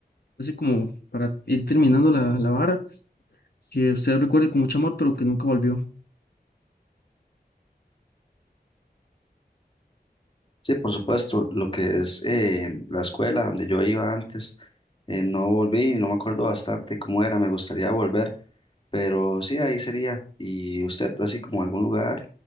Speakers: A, on the left; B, on the left.
A: así como para ir terminando la, la vara, que usted recuerde con mucho amor, pero que nunca volvió.
B: Sí, por supuesto, lo que es eh, la escuela donde yo iba antes, eh, no volví, no me acuerdo bastante cómo era, me gustaría volver, pero sí, ahí sería. ¿Y usted, así como algún lugar